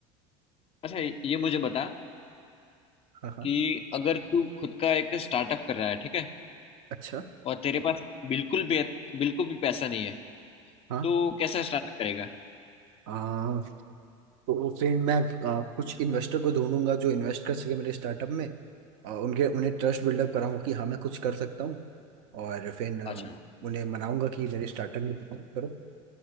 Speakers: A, on the left (about 35°); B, on the right (about 75°).
A: अच्छा ये मुझे बता
B: हाँ हाँ
A: कि अगर तू खुद का एक स्टार्टअप कर रहा है ठीक है
B: अच्छा
A: और तेरे पास बिल्कुल भी बिल्कुल भी पैसा नहीं है
B: हाँ
A: तो कैसे स्टार्टअप करेगा
B: आ, तो फिर मैं आ, कुछ इन्वेस्टर को ढूंढूंगा जो इन्वेस्ट कर सके मेरे स्टार्टअप में आ, उनके उन्हें ट्रस्ट बिल्डअप कराऊंगा कि हाँ मैं कुछ कर सकता हूँ और फिर आ,
A: अच्छा
B: उन्हें मनाऊंगा कि मेरे स्टार्टअप में invest करो